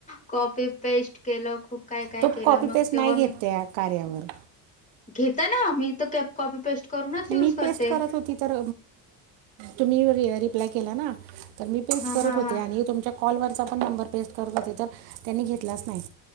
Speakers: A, on the left; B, on the right.
A: कॉपी पेस्ट केलं खूप काय काय
B: तो
A: केलं
B: कॉपी
A: मग
B: पेस्ट
A: तेव्हा
B: नाही
A: मी
B: घेत त्या कार्यावर
A: घेता ना मी तर कॅप कॉपी पेस्ट करूनच युज
B: मी पेस्ट
A: करते
B: करत होती तर तुम्ही रिप्लाय केला ना. तर मी पेस्ट
A: हा
B: करत
A: हा
B: होते
A: हा
B: आणि तुमच्या कॉलवरचा पण नंबर पेस्ट करत होते तर त्यांनी घेतलाच नाही.